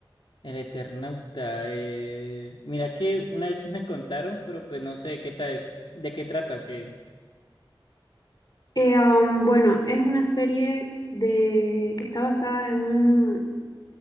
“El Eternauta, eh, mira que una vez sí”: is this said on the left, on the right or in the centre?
Left